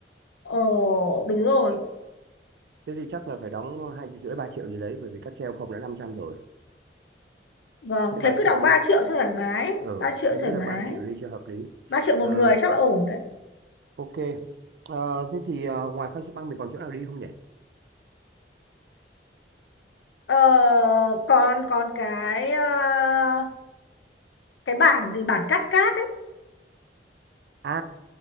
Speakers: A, on the left (about 80°); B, on the right (about 60°).
A: Ồ đúng rồi.
B: Thế thì chắc là phải đóng ờ, 2 triệu rưỡi, 3 triệu gì đấy bởi vì cáp treo không đã 500 rồi.
A: Vâng,
B: Thế
A: thế
B: 3
A: cứ đóng
B: triệu đi.
A: 3 triệu thoải mái.
B: Ừ,
A: ba triệu
B: anh nghĩ
A: thoải
B: là
A: mái.
B: 3 triệu đi cho hợp lý.
A: ba triệu một
B: Ờ,
A: người chắc là ổn đấy.
B: ok. Ờ, thế thì ờ, ngoài Phan Xi Păng mình còn chỗ nào đi không nhỉ?
A: Ờ, còn còn cái ờ, cái bản gì bản cắt cát
B: À,